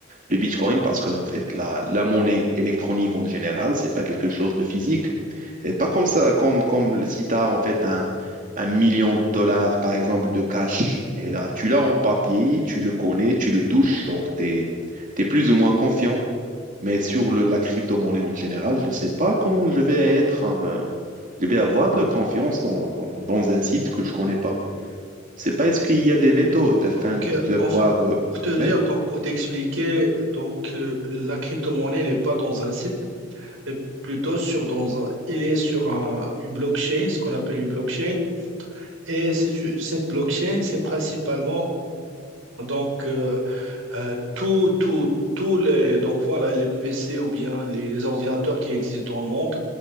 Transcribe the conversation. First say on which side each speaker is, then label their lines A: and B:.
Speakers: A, on the right; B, on the right.
A: le Bitcoin, parce que en fait, la, la monnaie électronique en général, c'est pas quelque chose de physique. Et pas comme ça, comme, comme si tu as en fait un, un million de dollars, par exemple, de cash. Et là, tu l'as en papier, tu le connais, tu le touches, donc tu es, plus ou moins confiant. Mais sur le- la crypto-monnaie en général, je ne sais pas comment je vais être, euh, je vais avoir de la confiance dans, dans, dans un site que je connais pas. C'est pas est-ce qu'il y a des méthodes afin
B: Donc,
A: de
B: euh, enfin,
A: voir. euh,
B: pour te dire,
A: ouais.
B: donc pour t'expliquer, donc euh, la crypto-monnaie, elle n'est pas dans un site, mais plutôt sur dans un- elle est sur un- une blockchain, ce qu'on appelle une blockchain. Et c'est une- cette blockchain, c'est principalement donc euh, euh, tout, tout, tous les donc voilà les PC ou bien les, les ordinateurs qui existent dans le monde.